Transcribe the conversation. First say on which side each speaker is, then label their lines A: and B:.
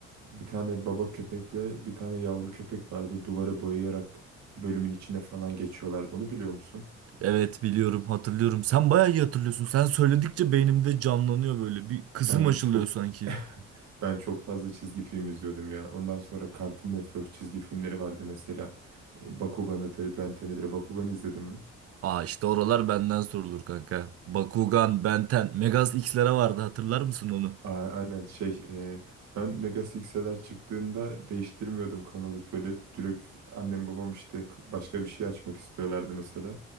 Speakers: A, on the right; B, on the right.
A: bir tane baba köpekle bir tane yavru köpek vardı. Duvarı boyayarak bölümün içine falan geçiyorlardı. Onu biliyor musun?
B: Evet biliyorum hatırlıyorum. Sen bayağı iyi hatırlıyorsun. Sen söyledikçe beynimde canlanıyor böyle. Bir kızım
A: Ben
B: açılıyor
A: çok
B: sanki.
A: <laughs> ben çok fazla çizgi film izliyordum ya. Ondan sonra Cartoon Network çizgi filmleri vardı mesela. E, Bakugan'ıdır, Ben 10'idir. Bakugan izledin mi?
B: Aa işte oralar benden sorulur kanka. Bakugan, Benten, Megaz X'lere vardı hatırlar mısın onu?
A: A- Aynen şey e, ben Mega Six'ler çıktığında değiştirmiyordum kanalı böyle direkt annem babam işte k- başka bir şey açmak istiyorlardı mesela